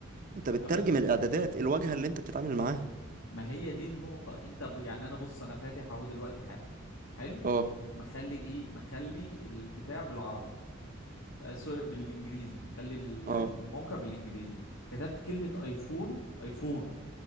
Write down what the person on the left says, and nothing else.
أمازون
ما هي دي النقطة أنت ب... يعني أنا بص أنا فاتح أهو دلوقتي حالا حلو
مخلي إيه مخلي البتاع بالعربي آه، سوري بالانجليزي مخلي ال-
الموقع بالانجليزي كتبت كلمة ايفون ايفون